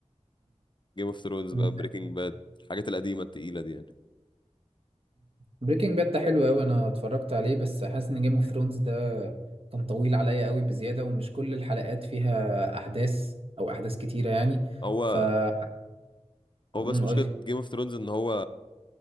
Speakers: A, on the left; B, on the right.
A: جيم اوف ثرونز
B: مم.
A: بقى بريكنج باد الحاجات القديمة التقيلة دي يعني
B: بريكنج باد ده حلو قوي انا اتفرجت عليه بس حاسس ان جيم اوف ثرونز ده كان طويل عليا قوي بزياده ومش كل الحلقات فيها احداث او احداث كتيره يعني
A: هو
B: ف <laughs>
A: هو
B: مم،
A: بس مشكلة
B: قولي
A: جيم اوف ثرونز ان هو